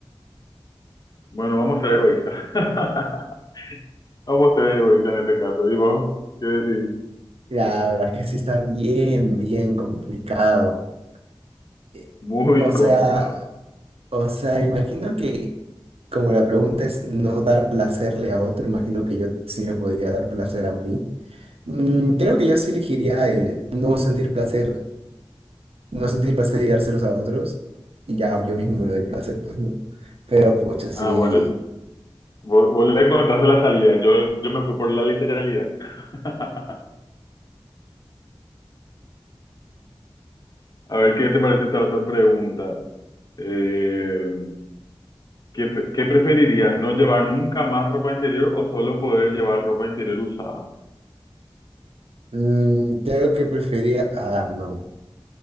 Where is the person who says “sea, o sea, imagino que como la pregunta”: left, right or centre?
Right